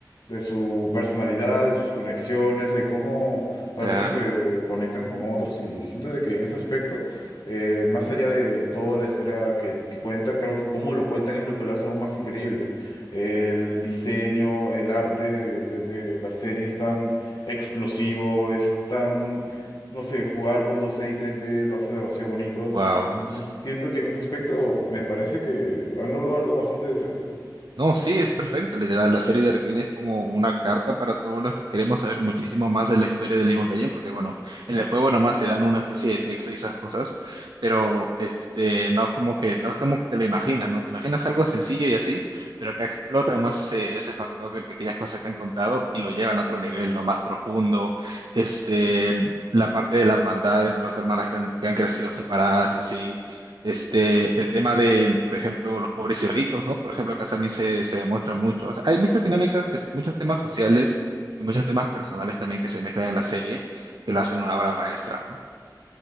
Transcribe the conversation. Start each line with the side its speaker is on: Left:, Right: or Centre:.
Left: de su personalidad, de sus conexiones, de cómo algunos
Right: claro.
Left: se conectan con otros. Y siento de que en ese aspecto. Eh, más allá de toda la historia que, que cuenta, creo que cómo lo cuentan es lo que lo hace aún más increíble. El diseño, el arte de, de- de la serie es tan explosivo, es tan, no sé, jugar con 2D y 3D lo hace demasiado bonito.
Right: Wow.
Left: Entonces siento que en ese aspecto me parece que han logrado algo bastante decente.
Right: No, sí, es perfecto. Literal, la serie de Arcane es como una carta para todos los que queremos saber muchísimo más de la historia de League of Legends, porque bueno, en el juego nomás te dan una especie de texto y esas cosas, pero este, no es como que, no es como que te lo imaginas, ¿no? Te imaginas algo sencillo y así, pero acá explotan más ese, ese factor de pequeñas cosas que han contado y lo llevan a otro nivel, ¿no? Más profundo. Este, la parte de la hermandad entre las hermanas que han, que han crecido separadas y así. Este, el tema del, por ejemplo, los pobres y ricos, ¿no? Por ejemplo, acá también se, se demuestra mucho. O sea, hay muchas dinámicas, es- muchos temas sociales y muchos temas personales también que se mezclan en la serie, que lo hacen una obra maestra, ¿no?